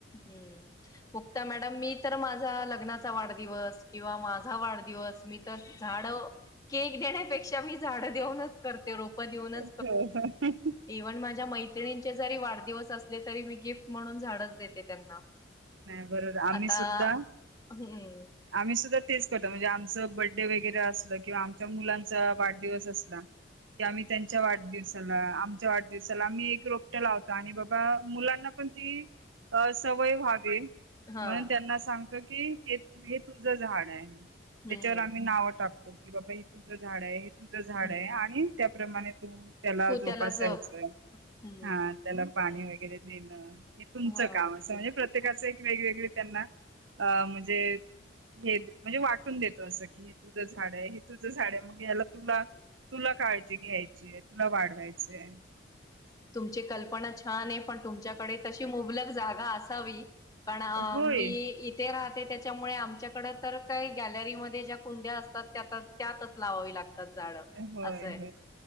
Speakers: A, on the left; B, on the right.
A: हम्म मुक्त मॅडम मी तर माझा ल वाढदिवस किंवा माझा वाढदिवस मी तर झाड केक देण्यापेक्षा झाड देऊनच करते रोप ऊन
B: नाही
A: इव्हन माझ्या मैत्र जरी वाढदिवस अस तरी मी गिफ्ट म्हणून झाडच देते त्यांना
B: बरोबर आम्ही
A: आता
B: सुद्धा
A: हम्म
B: आम्ही सुद्धा तेच करत म्हणजे आमचं बडे वगैरे असलं किंवा आमच्या मुलांचा वाढदिवस असला की आम्ही त्यांच्या वाढदिवसा आमच्या वाढदिवसाला आम्ही एक रोपट्या लावतो आणि बाबा मुलांना पण ती अ सवय व्हागली
A: हा
B: म्हणून त्यांना सांगत की हे हे तुझं झाड आहे
A: हम्म
B: त्याच्यावर आम्ही नावं टाकतो की बाबा हे तुझं झाड आहे तुमचं झाड
A: हम्
B: आहे आणि त्याप्रमाणे तू त्याला
A: तू
B: जोपासायचंय
A: जप हम्म
B: हा त्याला पाणी वगैरे देणं तुमचं
A: हा
B: काम असं म्हणजे प्रत्येकाचं एक वेगवेगळे त्यांना अ म्हणजे हे म्हणजे वाटून देतो असं की हे तुझं झाड आहे हे तुझं झाड आहे मग याला तुला तुला काळजी घ्यायचीय तुला वाढवायचंय
A: तुमची कल्पना छान आहे पण तुमच्याकडे तशी मुबलक जागा असावी पण
B: होय
A: मी इथे राहत त्याच्यामुळे आमच्याकडे तर काही गॅलरीमध्ये ज्या कुंड्या असतात त्या त्यातच लावावी लागते झाड
B: होय
A: असय
B: होय